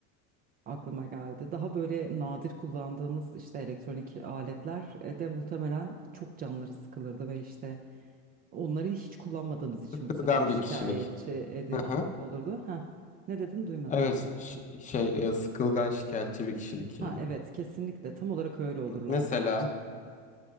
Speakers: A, on the right; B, on the left.
A: aklıma geldi. Daha böyle nadir kullandığımız işte elektronik aletler e, de muhtemelen çok canları sıkılırdı ve işte onları hiç kullanmadığımız için
B: Sıkılgan
A: bu sefer şikayetçi
B: bir kişilik.
A: edi
B: Hı hı.
A: olurdu. Ha, ne dedin duymadım.
B: Evet ş- şey e, sıkılgan şikayetçi bir kişilik
A: Ha
B: yani.
A: evet kesinlikle tam olarak öyle olurlardı
B: Mesela
A: gerçekten.